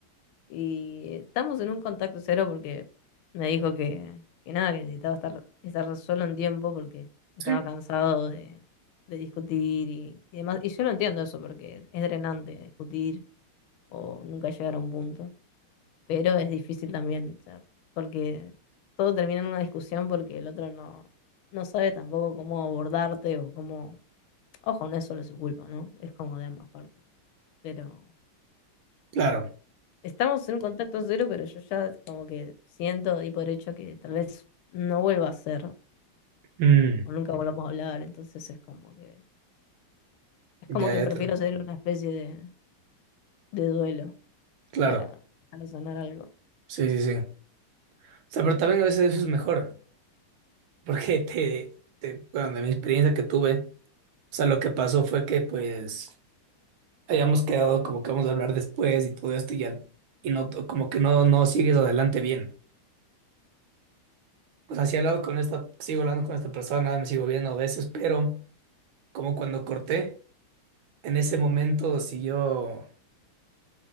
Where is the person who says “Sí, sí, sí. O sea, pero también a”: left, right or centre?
Right